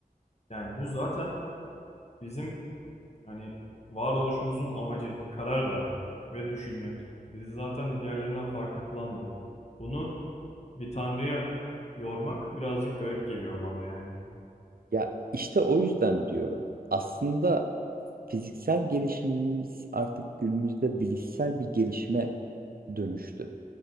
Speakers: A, on the left; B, on the right.
A: Yani bu zaten Bizim hani varoluşumuzun amacı karar vermek ve düşünmek. Bizi zaten diğerlerinden farklı kılan bu. Bunu bir tanrıya yormak birazcık garip geliyor bana yani.
B: Ya işte o yüzden diyorum. Aslında fiziksel gelişimimiz artık günümüzde bilişsel bir gelişime dönüştü.